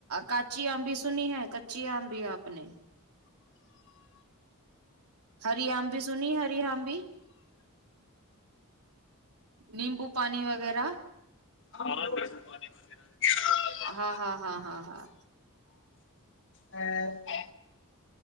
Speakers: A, on the right; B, on the left.
A: کاچی آم بھی سنی ہے کچی آم آپ نے ہری آمبی سنی ہری آمبھی نیمبو پانی وغیرہ
B: ہاں نیبو پانی وغیرہ کیلے وغیرہ
A: ہاں ہاں ہاں ہاں ہاں
B: ہ <unintelligible>